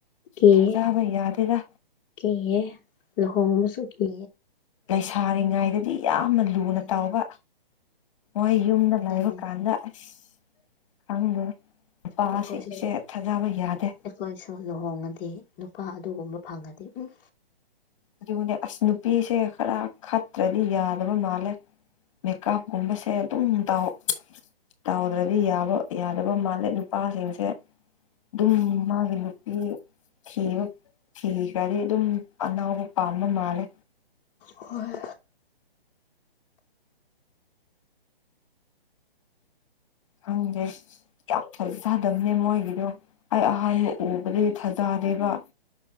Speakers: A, on the left (about 15°); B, on the left (about 30°).
A: ꯀꯤꯌꯦ
B: ꯊꯥꯖꯕ ꯌꯥꯗꯦꯔ
A: ꯀꯤꯌꯦ ꯂꯨꯍꯣꯡꯕꯁꯨ ꯀ
B: ꯂꯩꯁꯥꯔꯤꯉꯥꯏꯗꯗꯤ ꯌꯥꯝꯅ ꯂꯨꯅ
A: ꯎꯝ
B: ꯇꯥꯎꯕ ꯃꯣꯏ ꯌꯨꯝꯗ
A: ꯑꯗꯨꯅꯤ
B: ꯂꯩꯕ ꯀꯥꯟꯗ ꯑꯁ ꯈꯪꯗꯦ ꯅꯨꯄꯥꯁꯤꯡꯁꯦ
A: ꯑꯩꯈꯣꯏꯁꯨ
B: ꯊꯥꯖꯕ ꯌꯥꯗꯦ
A: ꯑꯩꯈꯣꯏꯁꯨ ꯂꯨꯍꯣꯡꯉꯗꯤ ꯅꯨꯄꯥ ꯑꯗꯨꯒꯨꯝꯕ ꯐꯪꯉꯗꯤ ꯎꯝ
B: ꯑꯗꯨꯕꯨꯅꯦ ꯑꯁ ꯅꯨꯄꯤꯁꯦ ꯈꯔ ꯈꯠꯇ꯭ꯔꯗꯤ ꯌꯥꯗꯕ ꯃꯥꯜꯂꯦ ꯃꯦꯀꯞꯀꯨꯝꯕꯁꯦ ꯑꯗꯨꯝ ꯇꯥꯎ ꯇꯥꯎꯗ꯭ꯔꯗꯤ ꯌꯥꯕ ꯌꯥꯗꯕ ꯃꯥꯜꯂꯦ ꯅꯨꯄꯥꯁꯤꯡꯁꯦ ꯑꯗꯨꯝ ꯃꯥꯒꯤ ꯅꯨꯄꯤ ꯊꯤꯕ ꯊꯤꯈ꯭ꯔꯗꯤ ꯑꯗꯨꯝ ꯑꯅꯥꯎꯕ ꯄꯥꯝꯕ ꯃꯥꯂꯦ
A: ꯍꯣꯏ
B: ꯍꯪꯗꯦ ꯌꯥꯝ ꯐꯔꯤ ꯎꯗꯝꯅꯦ ꯃꯣꯏꯒꯤꯗꯣ ꯑꯩ ꯑꯍꯥꯟꯕ ꯎꯕꯗꯤ ꯊꯥꯖꯗꯦꯕ